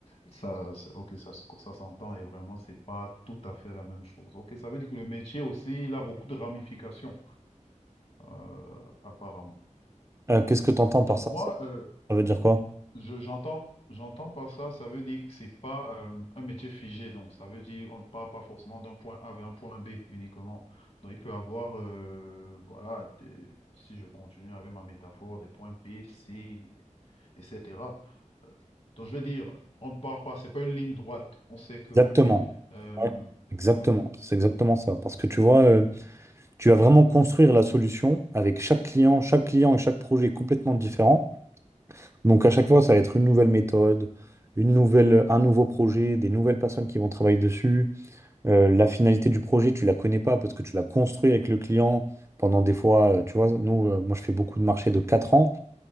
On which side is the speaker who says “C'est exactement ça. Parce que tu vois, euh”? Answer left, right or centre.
Right